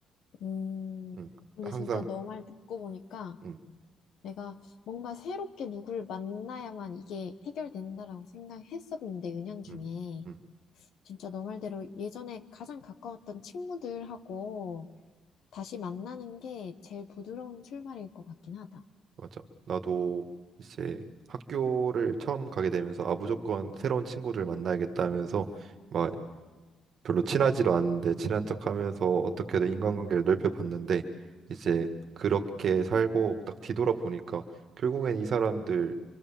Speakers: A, on the left (about 75°); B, on the right (about 60°).
A: 음,
B: 응.
A: 근데
B: 항상
A: 진짜 너 말 듣고 보니까
B: 응,
A: 내가 뭔가 새롭게 누굴 만나야만 이게 해결된다라고 생각했었는데, 은연중에.
B: 응, 응,
A: 진짜 너 말대로 예전에 가장 가까웠던 친구들하고 다시 만나는 게 제일 부드러운 출발일 것 같긴 하다.
B: 맞아. 나도 이제 학교를 처음 가게 되면서 아 무조건 새로운 친구들 만나야겠다 하면서 막 별로 친하지도 않은데 친한 척하면서 어떻게든 인간관계를 넓혀봤는데 이제 그렇게 살고 딱 뒤돌아보니까 결국엔 이 사람들